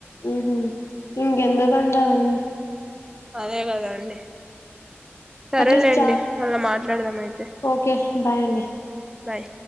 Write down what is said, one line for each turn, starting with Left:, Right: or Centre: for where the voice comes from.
Left: ఉహు ఇంకెందుకండి అవ్వన్నీ
Right: అదే కదా అండి సరేలేండి
Left: అట్లీస్ట్ చాట్
Right: మళ్ళా మాట్లాడదాం అయిత్
Left: ఓకే బాయ్ అండి
Right: బాయ్